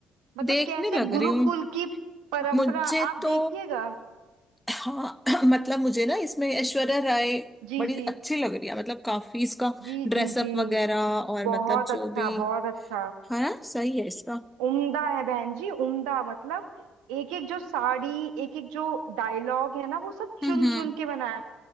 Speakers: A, on the right; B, in the centre.
A: मतलब
B: देखने
A: कैसे
B: लग रही
A: गुरुकुल
B: हूँ
A: की परंपरा
B: मुझे
A: आप
B: तो
A: देखिएगा
B: हाँ <clears throat> मतलब मुझे ना इसमें ऐश्वर्या राय
A: जी
B: बड़ी
A: जी
B: अच्छी लग रही है मतलब काफी इसका
A: जी
B: ड्रेसअप
A: जी जी
B: वगैरह और
A: बहुत
B: मतलब जो
A: अच्छा
B: भी
A: बहुत अच्छा
B: है ना सही है इसका
A: उम्दा है बहन जी उम्दा मतलब एक एक जो साड़ी एक एक जो डायलॉग है ना वो सब
B: हम्म
A: चुन
B: हम्म
A: चुन के बनाया है।